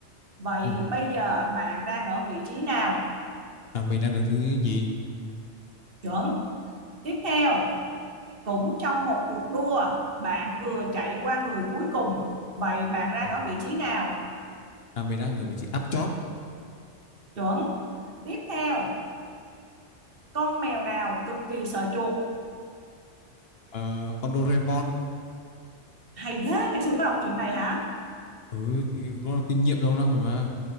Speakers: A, on the right; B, on the left.
A: Vậy
B: ừ.
A: bây giờ bạn đang ở vị trí nào?
B: à, mình đang được thứ nhì
A: Chuẩn. Tiếp theo, cũng trong một cuộc đua, bạn vừa chạy qua người cuối cùng. Vậy bạn đang
B: Ừ.
A: ở vị trí nào?
B: à, mình đang ở vị trí áp chót
A: Chuẩn. Tiếp theo, con mèo nào cực kỳ sợ chuột?
B: Ờ, con Doraemon
A: Hay thế, ngày xưa có đọc chuyện này hả?
B: ừ thì nó là kinh nghiệm lâu năm rồi mà